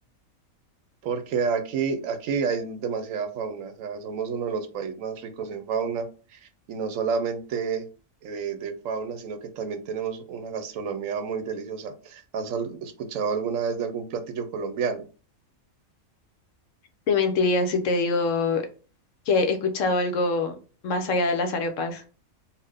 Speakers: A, on the right; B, on the left.
A: porque aquí, aquí hay demasiada fauna, o sea, somos uno de los países más ricos en fauna y no solamente de, de fauna, sino que también tenemos una gastronomía muy deliciosa. ¿Has al- escuchado alguna vez de algún platillo colombiano?
B: te mentiría si te digo que he escuchado algo más allá de las arepas.